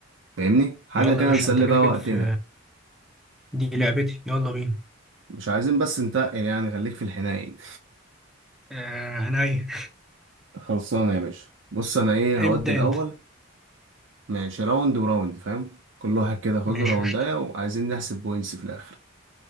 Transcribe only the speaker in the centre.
يلا
يا باشا
انت كده
جيت
في دي لعبتي يلا بينا
آه عينيا
<laughs> ابدأ
انت
ماشي
قشطة